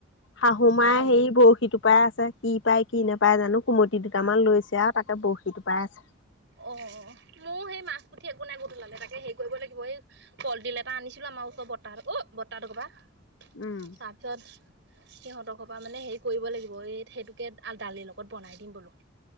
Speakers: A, on the left; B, on the right.
A: শাহু মাই
B: অ
A: সেই বৰশীটো- টোপাই আছে কি পায় কি নেপায় জানো? কুমটি দুটামান লৈছে আৰু তাকে বৰশী টোপাই আছে।
B: অ অ মোৰ সেই মাছ পুঠি একো নাই গধুলালে। তাকে হেৰি কৰিব লাগিব এই- কলডিল এটা আনিছিলো আমাৰ ওচৰ বৰতাহ অও বৰতাহতৰ ঘৰৰ পৰা।
A: উম'
B: তাপিছত সিহঁতৰ ঘৰৰ পৰা মানে হেৰি কৰিব লাগিব এই সেইটোকে দালিৰ লগত বনাই দিম বোলো।